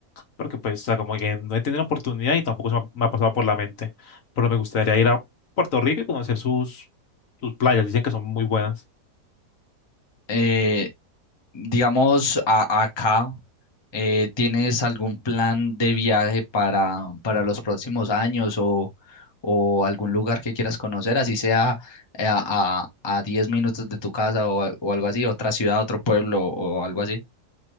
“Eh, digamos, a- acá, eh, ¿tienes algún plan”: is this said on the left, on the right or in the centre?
Left